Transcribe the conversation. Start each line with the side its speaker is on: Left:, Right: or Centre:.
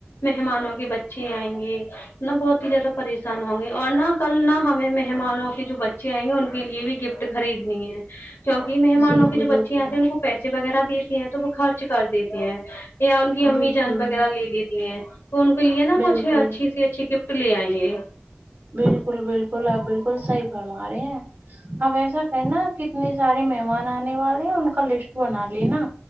Left: مہمانوں کے بچے آئیں گے نا بہت ہی زیادہ پریشان ہوں گے اور نہ کل نہ ہمیں مہمانوں کے جو بچے آئیں گے ان کے لیے بھی گفٹ خریدنی ہے کیونکہ مہمانوں
Right: جی
Left: کی
Right: جی
Left: جو بچیاں
Right: بالکل
Left: آتی ہیں ان کو پیسے وغیرہ دیتی ہیں تو وہ خرچ کر دیتی ہیں یا ان کی امی
Right: بالکل
Left: جان وغیرہ لے لیتی ہیں تو ان کے لیے نا
Right: بالکل
Left: کچھ کسی اچھی گفٹ لے آئیں گے
Right: بالکل بالکل آپ بالکل صحیح فرما رہے ہیں اب ایسا کرنا نا کتنے سارے مہمان آنے والے ہیں ان کا لسٹ بنا لینا